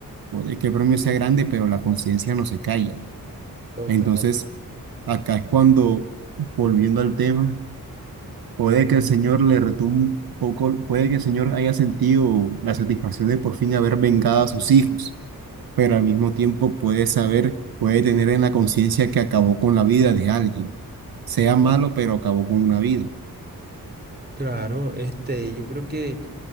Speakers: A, on the right; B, on the right.
A: Puede que el premio sea grande, pero la conciencia no se calla.
B: Total.
A: Entonces, acá es cuando, volviendo al tema, puede que el Señor le retumbe un poco, puede que el Señor haya sentido la satisfacción de por fin haber vengado a sus hijos, pero al mismo tiempo puede saber, puede tener en la conciencia que acabó con la vida de alguien, sea malo, pero acabó con una vida.
B: Claro, este, yo creo que